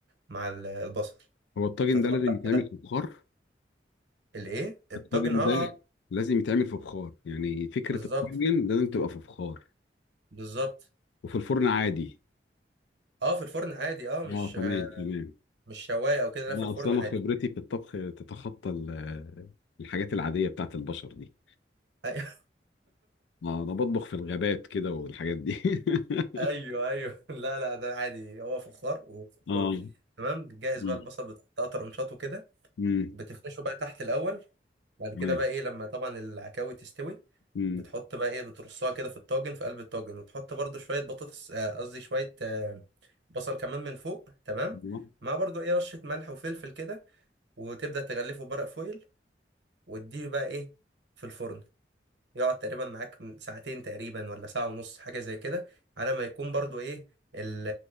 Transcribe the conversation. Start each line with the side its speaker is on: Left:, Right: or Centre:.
Right: مع ال- البصل
Left: هو الطاجن
Right: تتقطع
Left: ده لازم يتعمل
Right: كده
Left: في بخار
Right: الايه الطاجن
Left: الطاجن
Right: اه
Left: ده
Right: اه
Left: لازم يتعمل في بخار يعني فكرة
Right: بالظبط
Left: الطاجن لازم تبقى في بخار
Right: بالظبط
Left: وفي الفرن عادي
Right: اه في الفرن عادي اه مش
Left: اه تمام تمام
Right: مش شوايه او كده
Left: لا
Right: لا في الفرن
Left: اصل انا
Right: عادي
Left: خبرتي في الطبخ تتخطى ال- الحاجات العادية بتاعت البشر دي
Right: <laughs>
Left: اه انا بطبخ في الغابات كده والحاجات دي <laughs>
Right: أيوه ايوه ايوه <laughs> لا لا ده عادي هو فخار وفي الفرن
Left: اه
Right: تمام جاهز
Left: مم.
Right: بقى البصل بتقطعه طرنشات وكده
Left: مم.
Right: بتفرشه بقى تحت الاول بعد كده
Left: تمام.
Right: بقى ايه لما طبعا العكاوي تستوي
Left: مم.
Right: بتحط بقى ايه بترصها كده في الطاجن في قلب الطاجن وتحط برضو شوية بطاطس آه، قصدي شوية آه، بصل كمان من فوق تمام
Left: أيوة.
Right: مع برضو ايه رشة ملح وفلفل كده وتبدأ تغلفه بورق فويل وتديه بقى ايه في الفرن يقعد تقريبا معاك من ساعتين تقريبا ولا ساعة ونص حاجة زي كده على ما يكون برضو ايه ال-